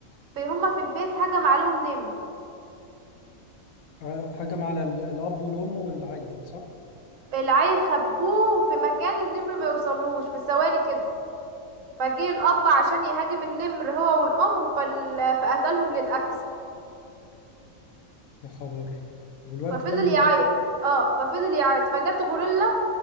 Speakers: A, on the right; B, on the left.
A: في هما في البيت هجم عليهم نمر
B: آه، هجم على ال- الاب والام والعيل صح
A: العيل خبوه في مكان النمر ما يوصلهوش في ثواني كده فجه الأب عشان يهاجم النمر هو والأم فال... فقتلهم للأسف
B: يا خبر والواد
A: ففضل
B: كمل
A: يعيط اه ففضل يعيط فجت غوريلا